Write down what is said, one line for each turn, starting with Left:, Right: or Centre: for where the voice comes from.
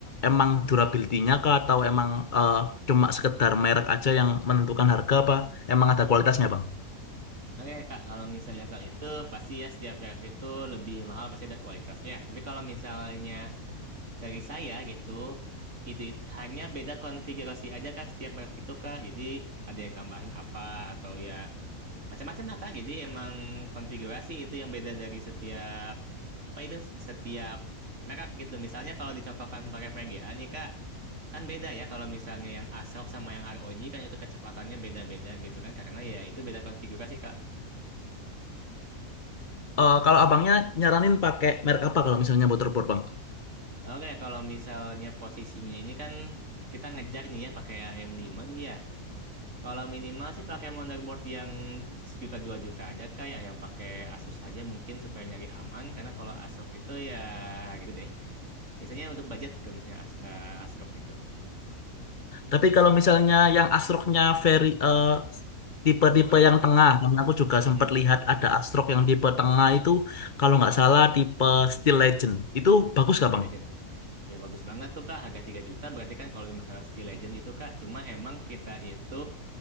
Left: emang durability-nya kah atau emang eh, cuma sekedar merek aja yang menentukan harga apa emang ada kualitasnya bang?
Right: Oke Kak, kalau misalnya soal itu pasti ya setiap merek itu lebih mahal pasti ada kualitasnya. Tapi kalau misalnya dari saya gitu, itu, itu hanya beda konfigurasi aja Kak setiap merek itu Kak. Jadi ada yang tambahin apa atau ya macam-macam lah Kak. Jadi emang konfigurasi itu yang beda dari setiap apa itu setiap merek gitu. Misalnya kalau dicontohkan pakai VGA nih Kak, kan beda ya kalau misalnya yang ASRock sama yang ROG kan itu kecepatannya beda-beda gitu kan karena ya itu beda konfigurasi Kak.
Left: Eh, kalau abangnya nyaranin pakai merek apa kalau misalnya motherboard bang?
Right: Oke, kalau misalnya posisinya ini kan kita ngejar nih ya pakai am lima, nih ya. Kalau minimal sih pakai motherboard yang sejuta dua juta aja kayak yang pakai Asus aja mungkin supaya nyari aman karena kalau ASRock itu ya gitu deh. Biasanya untuk budget kalau misalnya As, eh, ASRock itu.
Left: Tapi kalau misalnya yang astroknya very eh, tipe-tipe
Right: High quality?
Left: yang tengah, karena aku juga
Right: Hmm.
Left: sempat lihat ada astrok yang tipe tengah itu kalau nggak
Right: Hmm.
Left: salah tipe Steel Legend. Itu bagus
Right: Oh,
Left: nggak
Right: Steel
Left: Bang?
Right: Legend. Ya bagus banget tuh Kak, harga 3 juta berarti kan kalau masalah Steel Legend itu Kak, cuma emang kita itu